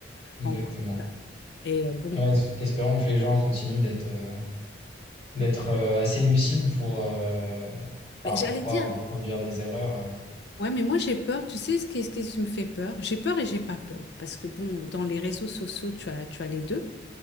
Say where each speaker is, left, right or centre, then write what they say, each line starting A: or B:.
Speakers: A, on the left; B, on the left.
A: exactement.
B: En gros, c'est ça. Et euh, bon,
A: Ouais, es- espérons que les gens continuent d'être euh, d'être euh, assez lucide pour euh, bah,
B: mais j'allais
A: pour pas
B: dire,
A: reproduire des erreurs.
B: Ouais, mais moi j'ai peur. Tu sais ce qui, ce qui me fait peur? J'ai peur et j'ai pas peur. Parce que bon, dans les réseaux sociaux, tu as, tu as les deux.